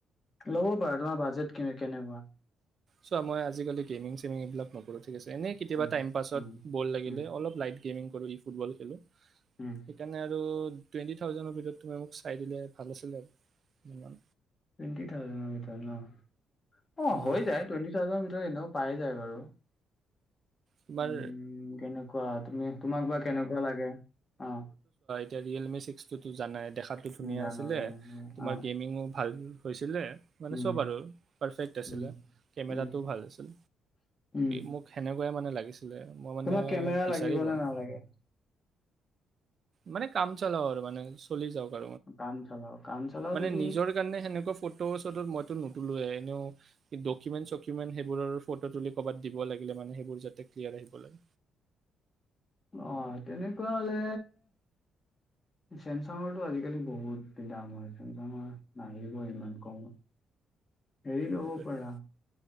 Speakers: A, on the left; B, on the right.
A: লবা ৰবা তোমাৰ বাজেট কি কেনেকুৱা
B: চ' মই আজিকালি গেমিং চেমিং এইবাক নকৰো ঠিক আছে এনে কেতিয়াবা
A: উম,
B: টাইম পাছত
A: উম,
B: বল লাগিলে
A: উম,
B: অলপ লাট গেম আৰু ই ফুটবল খেলোঁ
A: উম।
B: সেইকাৰণে আৰু টুৱেণ্টি থাউজেণ্ডৰ ভিতৰত তুমি মোক চাই দিলে ভাল আছিলে আৰু যমান
A: টেণ্টি থাউজণ্ডৰ ভিতৰত ন অ
B: অ'
A: হৈ যায় টুৱেণ্টি থাউজেণ্ড ভিতৰত এনেকও পাই যায় আৰু
B: তোমাৰ
A: উম কেনে কোৱা তুমি তোমাক বা কেনেকুৱা লাগে অ
B: এতি ৰিয়েলমি ছ্স ট টো জানাই দেখাটো ধুনীয়া
A: উম, জানো
B: আছিলে
A: জানো
B: তোমাৰ
A: অ'।
B: গেমিঙো ভাল হৈছিলে মানে
A: উম,
B: চব আৰু আ
A: উম,
B: কেমেটো
A: উম।
B: ভাল আছিল
A: উম,
B: মোক সেনেকুৱাই মানে ছিল মই মানে
A: তোমাক কেমেৰা
B: বিচাৰি
A: লাগিব
B: পোৱা
A: নে
B: নাই
A: নালাগে?
B: মানে কাম চালাও আৰু মানে চলি যাওক
A: কাম চলাও কাম চলাও
B: মানে
A: যদি
B: নিজৰ কাৰণে সেনেকুৱা ফটো চটো মৈতো নো এইবোৰ এনেও ডকুমেট চকুমেণ্ট সেইবোৰৰ ফটো তুলি ক'বাত দিব লাগিল মানে সেইবোৰ যাতে ক্লিয়াৰ কৰে
A: আহ তেনেকুৱা হলে চেমচাঙৰটো আজিকালি বহুত দাম হয় চেমচাঙৰ নাহিব ইমান কমত হেৰি ল'ব
B: সেইটোৱেটো।
A: পাৰা